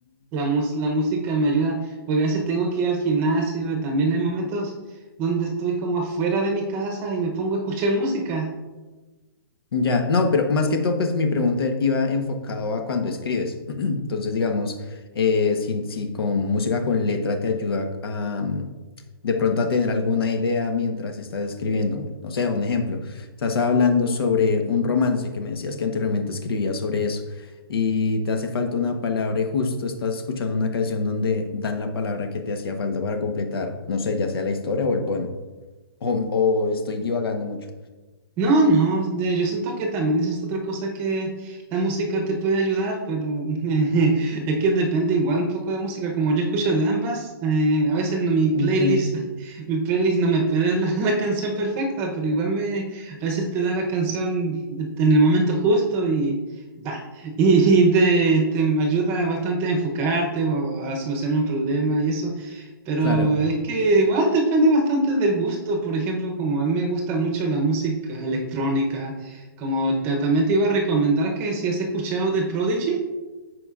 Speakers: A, on the right (about 20°); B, on the left (about 75°).
A: la, mus- la música, me ayuda, porque a veces tengo que ir al gimnasio. También hay momentos donde estoy como afuera de mi casa y me pongo a escuchar música.
B: Ya, no, pero más que todo, pues mi pregunta iba enfocado a cuando escribes. <clears throat> Entonces, digamos, eh, si, si con música con letra te ayuda a mm, de pronto a tener alguna idea mientras estás escribiendo. No sé, un ejemplo, estás hablando sobre un romance que me decías que anteriormente escribías sobre eso y te hace falta una palabra y justo estás escuchando una canción donde dan la palabra que te hacía falta para completar, no sé, ya sea la historia o el poema. O, o estoy divagando mucho.
A: No, no, de- yo siento que también esa es otra cosa que la música te puede ayudar, pero <laughs> es que depende igual un poco de la música. Como yo escucho de ambas, eh, a veces no, mi playlist,
B: Ok,
A: <laughs> mi playlist no me puede dar <laughs> la, la canción perfecta, pero igual me, a veces te da la canción en el momento justo y va, <laughs> y, y te, te ayuda bastante a enfocarte o a solucionar un problema y eso. Pero
B: Claro.
A: es que igual depende bastante del gusto. Por ejemplo, como a mí me gusta mucho la música electrónica, como te- también te iba a recomendar que si has escuchado de Prodigy.